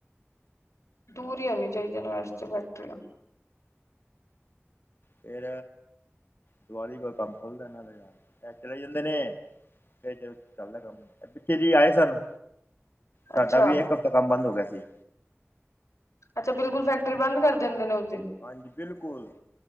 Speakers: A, on the left; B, on the left.
A: ਦੂਰ ਹੀ ਹੋਣੀ ਚਾਹੀਦੀਆ ਨ ਵੈਸੇ ਤਾ, ਫੈਕਟਰੀਆਂ।
B: ਫਿਰ, ਦੀਵਾਲੀ ਤੇ ਕੰਮ ਖੁਲਦਾ ਇਹਦੇ ਨਾਲ। ਚਲੇ ਜਾਂਦੇ ਨੇ ਜੇ ਚੱਲਦਾ ਕੰਮ। ਪਿੱਛੇ ਜੀ ਆਏ ਸਨ, ਸਾਡਾ
A: ਅੱਛਾ
B: ਵੀ ਇੱਕ ਹਫ਼ਤਾ ਕੰਮ ਬੰਦ ਹੋ ਗਿਆ ਸੀ।
A: ਅੱਛਾ, ਬਿਲਕੁੱਲ ਫੈਕਟਰੀ ਬੰਦ ਕਰ ਦਿੰਦੇ ਨੇ ਉਹਦੀ।
B: ਹਾਂਜੀ, ਬਿਲਕੁੱਲ।